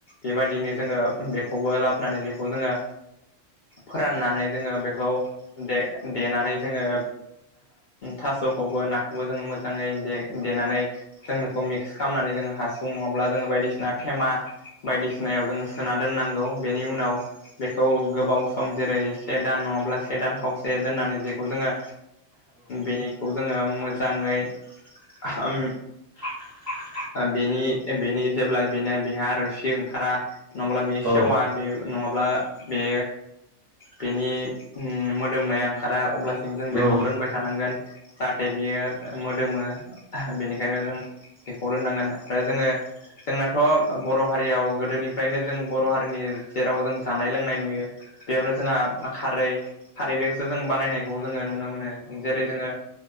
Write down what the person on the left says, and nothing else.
बेबायदिनो जोङो बेखौबो लाबोनानै बेखौ जोङो फोराननानै जोङो बेखौ दे देनानै जोङो थास'खौबो नाखौबो जोङो मोजाङै दे-देनानै जों बेखौ मिक्स खालामनानै जोङो हासु नङाब्ला जोङो बायदिसिना थेमा बायदिसिनायाव जोङो सोनार दोन्नांगौ बेनि उनाव बेखौ गोबाव सम जेरै से दान नङाब्ला से दान खावसे दोननानै जेखौ जोङो बेखौ जोङो मोजाङै ओम
बेनि बेनि जेब्ला बेनि बेहा रोसि ओंखारा नङाब्ला बेयो
सेवा बे नङाब्ला बे बेनि मोदोमनाया ओंखारा अब्लासिम जों बेखौ
दोनबाय थानांगोन जाहाथे बियो मोदोमो बेनिखायनो जों बेखौ दोननांगोन आरो जोङो जोंनाथ' बर' हारियाव गोदोनिफ्रायनो जों बर' हारिनि जेराव जों जानाय लोंनाय नुयो बेयावनो जोंहा खारै खारैजोंसो जों बानायनायखौ जोङो नुनो मोनो जेरै जोङो